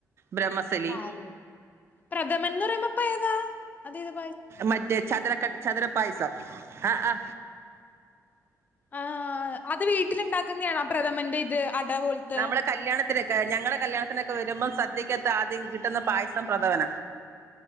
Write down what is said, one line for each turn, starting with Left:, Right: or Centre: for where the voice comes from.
Right: ബ്രഹ്മസലി
Left: പാല് പ്രഥമൻന്ന് പറയുമ്പോ പ്പ ഏതാ അതെ താ
Right: മറ്റേ ചതരക്ക ചതരപ്പായസം ആ അ
Left: ആ അത് വീട്ടില ഉണ്ടാക്കുന്നതാണ് ആ പ്രഥമന്റെ ഇത് അട പോലത്തെ
Right: നമ്മളെ കല്യാണത്തി ഞങ്ങളുടെ കല്യാണത്തിനൊക്കെ വരുമ്പോം സദ്യക്കത്ത് ആദ്യം കിട്ടുന്ന പായസം പ്രഥവന